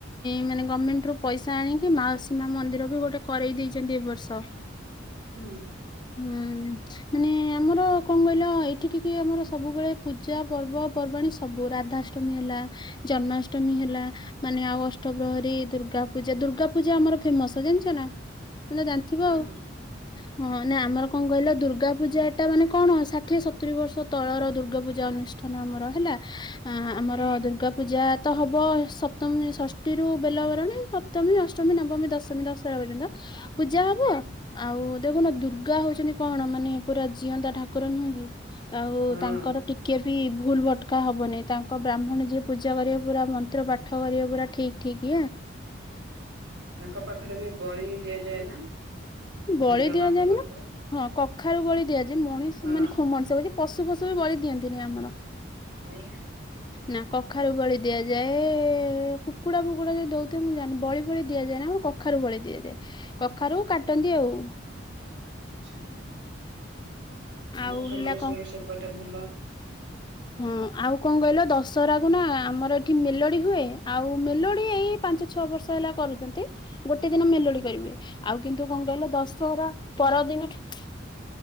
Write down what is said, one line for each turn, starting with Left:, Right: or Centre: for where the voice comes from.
Left: ମାନେ ଗଭର୍ଣ୍ଣମେଣ୍ଟ ରୁ ପଇସା ଆଣିକି ମାଉସୀମା ମନ୍ଦିର ବି ଗୋଟେ କରେଇ ଦେଇଛନ୍ତି ଏ ବର୍ଷ।
Right: ହୁଁ
Left: ହୁଁ ମାନେ ଆମର କଂ କହିଲ ଏଇଠି ଟିକେ ଆମର ସବୁବେଳେ ପୂଜା ପର୍ବ ପର୍ବାଣୀ ସବୁ ରାଧାଷ୍ଟମୀ ହେଲା, ଜନ୍ମାଷ୍ଟମୀ ହେଲା- - ମାନେ ଆଉ ଅଷ୍ଟଗ୍ରହରୀ ଦୁର୍ଗା ପୂଜା ଦୁର୍ଗା ପୂଜା ଆମର ଫେମସ ଜାଣିଛ ନା? ତ ଜାଣିଥିବ
Right: ହୁଁ
Left: ଆଉ ହଁ। ମାନେ ଆମର କଣ କହିଲ ଦୁର୍ଗାପୂଜା ଏଟା ମାନେ କଣ ଷାଠିଏ ସତୁରୀ ବର୍ଷ ତଳର ଦୁର୍ଗାପୂଜା ଅନୁ ଷ୍ଠାନ ଆମର ହେଲା। ଆ ଆମର ଦୁର୍ଗା ପୂଜା ତ ହବ ସପ୍ତମୀ ଷଷ୍ଠୀରୁ ବେଲ ବରଣୀ ସପ୍ତମୀ ଅଷ୍ଟମୀ ନବମୀ ଦଶମୀ ଦଶରା ପର୍ଯ୍ୟନ୍ତ। ପୂଜା ହବ
Right: ହୁଁ
Left: ଆଉ ଦେଖୁନ ଦୁ ର୍ଗା ହଉଚନ୍ତି କଣ? ମାନେ ପୁରା ଜିଅନ୍ତା ଠାକୁର ନୁହେଁ କି ଆଉ
Right: ହଁ
Left: ତାଙ୍କର ଟି କେ ବି ଭୁଲ ଭଟକା ହବନି ତାଙ୍କ ବ୍ରାହ୍ମଣ ଯିଏ ପୂଜା କରିବା ପୁରା ମନ୍ତ୍ର ପାଠ କରିବା ପୁରା ଠିକ୍। ଠିକ୍ଆ
Right: ତାଙ୍କ ପାଖରେ ବି ବଳି ଦିଆଯାଏ ନା?
Left: ବଳି
Right: ଦୁର୍ଗା
Left: ଦିଆଯାଏଣି
Right: ମାଙ୍କ ପାଖରେ
Left: ନା। ହଁ କଖାରୁ ବଳି ଦିଆଯାଏ ମଣିଷ
Right: ହଁ
Left: ମାନେ ମଣିଷ ବଳି -- ପଶୁ ଫସୁ ବି ବଳି ଦିଅନ୍ତିନି ଆମର।
Right: ଆଉ?
Left: ନା କଖାରୁ ବଳି ଦିଆଯାଏ। କୁକୁଡା ଫୁକୁଡା ଯଦି ଦଉଥିବେ ମୁଁ ଜାଣିନି ବଳି ଫଳି ଦିଆଯାଏ ନି ଆମ କ କଖାରୁ ବଳି ଦିଆଯାଏ କଖାରୁ କାଟନ୍ତି ଆଉ।
Right: ଆଚ୍ଛା,
Left: ଆଉ
Right: ଆ ତମର
Left: ହେଲା
Right: ସବୁ ସେପଟେ ଭଲ?
Left: ହୁଁ, ଆଉ କଂ କହିଲ? ଦଶହରା କୁ ନା ଆମର ଏଠି ମେଲୋଡି ହୁଏ ଆଉ ମେଲୋଡି ଏଇ ପାଞ୍ଚ ଛଅ ବର୍ଷ ହେଲା କରୁଚନ୍ତି। ଗୋଟେ ଦିନ ମେଲୋଡି
Right: ହୁଁ
Left: କରିବେ। ଆଉ କିନ୍ତୁ କଁ କହିଲ ଦଶହରା ପରଦିନଠୁ